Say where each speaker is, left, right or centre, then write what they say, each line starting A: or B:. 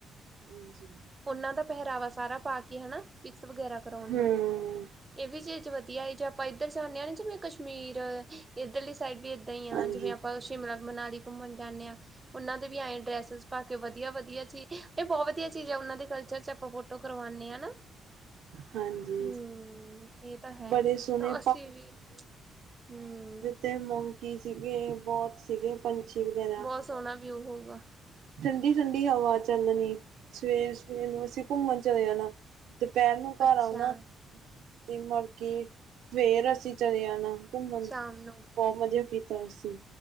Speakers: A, on the right (about 80°); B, on the right (about 20°).
A: ਹਾਂਜੀ।
B: ਉਹਨਾਂ ਦਾ ਪਹਿਰਾਵਾ ਸਾਰਾ ਪਾ ਕੇ ਹੈਨਾ ਪਿਕਸ ਵਗੈਰਾ ਕਰਾਉਣ
A: ਹਮ
B: ਨੂੰ। ਇਹ ਵੀ ਚੀਜ਼ ਵਧੀਆ ਹੈ ਜੇ ਆਪਾਂ ਇੱਧਰ ਜਾਂਦੇ ਹਾਂ ਨਾ ਜਿਵੇਂ ਕਸ਼ਮੀਰ ਇੱਧਰਲੀ ਸਾਈਡ ਵੀ ਐਦਾਂ ਈ ਆ
A: ਹਾਂਜੀ
B: ਜਿਵੇਂ ਆਪਾਂ ਸ਼ਿਮਲਾ ਮਨਾਲੀ ਘੁੰਮਣ ਜਾਂਦੇ ਹਾਂ ਉਹਨਾਂ ਦੇ ਵੀ ਇਹੀ ਡਰੈਸਿਸ ਪਾਕੇ ਵਧੀਆ ਵਧੀਆ ਜੀ ਇਹ ਬਹੁਤ ਹੀ ਚਜ ਉਹਨਾਂ ਦੇ ਕਲਚਰ ਚ ਆਪਾਂ ਫੋਟੋ ਕਰਵਾਓਨੇ ਆ ਨਾ।
A: ਹਾਂਜੀ।
B: ਹਮ ਇਹ ਤਾਂ ਹੈ
A: ਬੜੇ ਸੋਹਣੇ
B: ਅਸੀਂ ਵੀ ਹਮ।
A: ਤੇ ਮੋਂਕੀ ਸੀਗੇ ਬਹੁਤ ਸੀਗੇ ਪੰਛੀ ਵਗੈਰਾ।
B: ਬਹੁਤ ਸੋਹਣਾ ਵੀਊ ਹੋਊਗਾ।
A: ਠੰਡੀ ਠੰਡੀ ਹਵਾ ਚੱਲਣੀ ਸਵੇਰ ਸਵੇਰ ਨੂੰ ਅਸੀਂ ਘੁੰਮਣ ਚਲੇ ਜਾਣਾ। ਦੁਪਹਿਰ ਨੂੰ ਘਰ
B: ਅੱਛਾ
A: ਆਉਣਾ ਤੇ <unintelligible> ਫੇਰ ਅਸੀਂ ਚਲੇ ਜਾਣਾ ਘੁੰਮਣ
B: ਸ਼ਾਮ ਨੂੰ
A: ਬਹੁਤ ਮਜ਼ਾ ਕੀਤਾ ਅਸੀਂ।